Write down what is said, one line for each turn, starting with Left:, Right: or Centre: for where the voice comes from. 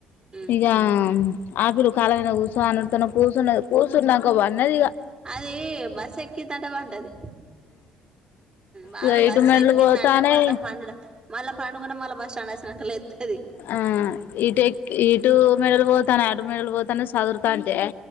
Right: హ్మ్
Left: ఇకా <unintelligible> కాలగైన కుసో అనిన్నా కూర్చున్న కూర్చున్నాక పనాది ఇంకా
Right: అది బస్ ఎకి తటబంటది బా
Left: ఇక
Right: బస్
Left: ఇటు మెట్లు
Right: ఎక్కిందంటే
Left: పోతానే
Right: <unintelligible> మళ్ళా <unintelligible> మళ్ళా బస్టాండ్ వచ్చాక లేస్తుంది
Left: ఆ ఈట ఎక్ ఈటు మెడల్ <unintelligible> తన <unintelligible> పోతానే చదురుతా అంటే